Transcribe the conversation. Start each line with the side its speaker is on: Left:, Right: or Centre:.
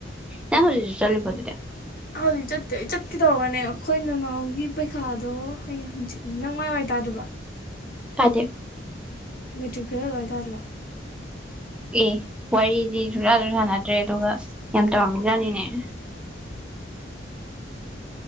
Centre: ꯅ ꯍꯧꯖꯤ ꯆꯠꯕꯗ
Left: ꯍꯧꯖꯤꯛ ꯆꯠꯇꯦ ꯆꯠꯀꯦ ꯇꯧꯔꯒꯅꯦ ꯑꯩꯈꯣꯏ ꯅꯅꯥꯎꯒꯤ ꯄꯩꯈꯥꯗꯣ ꯍꯌꯦꯡ ꯍꯪꯆꯤꯠꯅꯦ ꯅꯪ ꯃꯥꯏ ꯋꯥꯏ ꯇꯥꯗꯕ ꯑ
Centre: ꯀꯗꯦ
Left: ꯃꯦꯇ꯭ꯔꯤꯛ ꯐꯦꯜ ꯑꯣꯏꯕ ꯍꯥꯏꯇꯥꯔꯤꯕ
Centre: ꯑꯦ ꯋꯥꯔꯤꯗꯤ ꯁꯨꯡꯖꯥꯁꯨ ꯁꯥꯟꯅꯗ꯭ꯔꯦ ꯑꯗꯨꯒ ꯌꯥꯝ ꯇꯧꯔꯝꯃꯤꯖꯥꯠꯅꯤꯅꯦ <inaudible>